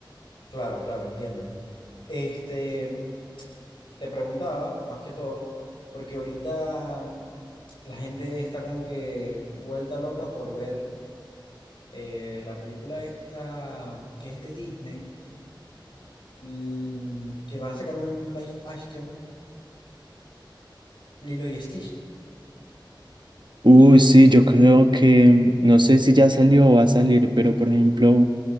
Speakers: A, on the left; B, on the right.
A: Claro, claro, entiendo. Este, te preguntaba más que todo, porque ahorita La gente está como que vuelta loca por ver eh, la película esta que es de Disney, l- que van a sacar un, un live action, Lilo y Stitch.
B: Uy,
A: No sé. si-
B: sí, yo creo que, no sé si ya salió o va a salir, pero por ejemplo,